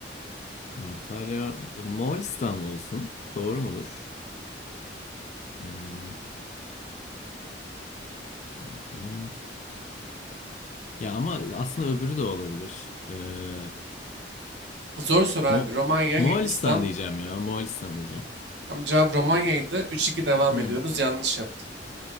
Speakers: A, on the left; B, on the right.
A: Tartarya Moğolistan olsun. Doğru mudur? Hmm, bakalım. Ya ama aslında öbürü de olabilir. Ee,
B: Zor soru abi.
A: Mo
B: Romanya,
A: Moğolistan
B: Hindistan,
A: diyeceğim ya. Moğolistan diyeceğim.
B: Tam cevap Romanya'ydı. üç iki devam
A: Hmm,
B: ediyoruz. Yanlış yaptım.